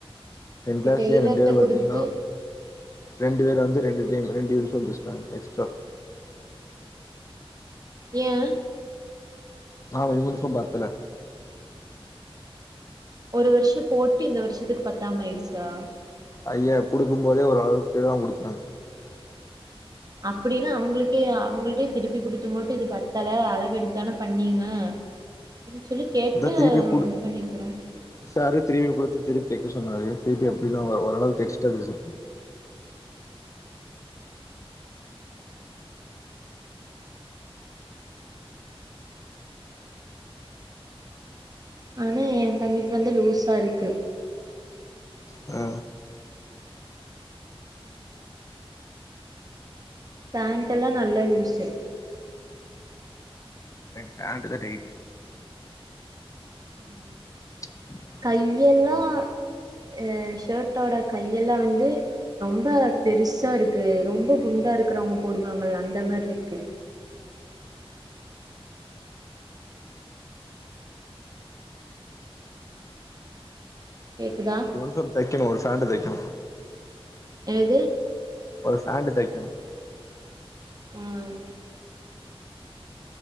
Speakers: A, on the left (about 30°); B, on the right (about 40°).
A: என்
B: இப்ப
A: கிளாஸ்லயே
B: டெய்லர்ட்ட
A: ரெண்டு பேர் பாத்தீங்கன்னா
B: குடுத்து
A: ரெண்டு பேர் வந்து ரெண்டு டீம் ரெண்டு நிமிசம் பேசிட்டாங்க எக்ஸ்ட்ரா
B: ஏன்
A: ஆன் உங்களுசுக்கும் பத்துல
B: ஒரு வருஷம் போட்டு இந்த வருஷத்துக்கு பத்தாம ஆயிருச்சா
A: ஐய்யா கொடுக்கும் போதே ஒரு அளவுக்கு தான் கொடுத்தாங்
B: அப்டின்னா அவுங்களுக்கே அவுங்கள்டேயே திருப்பி கொடுத்து மட்டும் இது பத்தல அளவு எடுத்தான பண்ணீங்க அப்டின் சொல்லி கேட்டு
A: அதா திருப்பி குடு
B: இது பண்ணிருக்கனு
A: சாரு திருப்பி கொடுத்து திருப்பி தைக்க சொன்னாரு திருப்பி அப்டிதான் ஒரளவுக்கு எக்ஸ்டா தச்சு
B: ஆனா ஏன் தம்பிக்கு வந்து லூஸா இருக்கு
A: ஆ
B: பேண்ட் எல்லாம் நல்லா லூஸு
A: எனக்கு பேண்ட் தா டைட்டு
B: <inaudible>
A: ச்சு
B: கையெல்லாம் அ ஷர்ட்டோட கையெல்லாம் வந்து ரொம்ப பெருசா இருக்கு ரொம்ப குண்டா இருக்குறவங்க போடுவாங்கள அந்த மாரி இருக்கு கேக்குதா
A: ஒரு செஃப் தைக்கணும் ஒரு ஃபேண்ட் தைக்கனும்
B: என்னது
A: ஒரு ஃபேண்டு தைக்கணும்
B: ம்